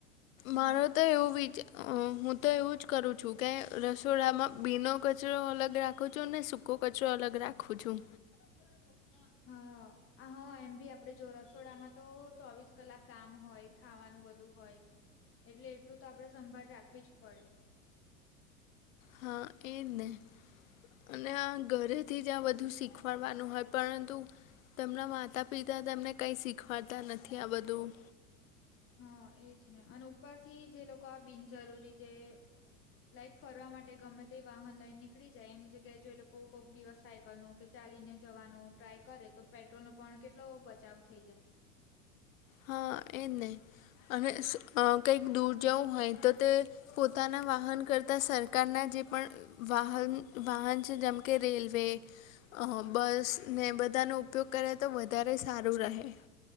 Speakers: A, on the left; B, on the left.
A: હા.
B: મારો તો એવું વિચા હું તો એવું જ કરું છું કે રસોડામાં ભીનો કચરો અલગ રાખું છું ને સુક કો કચરો અલગ રાખું છું.
A: <unintelligible> હા હ એમ ભી આપડે જો રસોડામાં તો ચોવીસ કલાક કામ હોય. ખાવાનું બધું હોય એટલે એટલું તો આપડે સંભાળ રાખવી જ પડે.
B: હા એને. અને આ ઘરેથી જ આ બધું શીખવાડવાનું હોય પરંતુ, તેમના માતા પિતા તમને કંઈ શીખવાડતા નથી આ બધું.
A: હા એજ ને અને ઉપરથી જે લોકો આ બિનજરૂરી જે લાઈક ફરવા માટે ગમે તે વાહન લાઈન ને નીકળી જાય એની જગ્યાએ જો એ લોકો કોઈક દિવસ સાયકલ નો ચાલીને જવાનો ટ્રાય કરે તો પેટ્રોલ નો પણ કેટલો બચાવ થઈ જાય.
B: હા એ જ ને અને કંઈક દૂર જવું હોય તો તે પોતાના વાહન કરતા સરકારના જે પણ, વાહન વાહન છે જેમ કે રેલવે, બસ ને બધાનો ઉપયોગ કરે તો વધારે સારું રહે.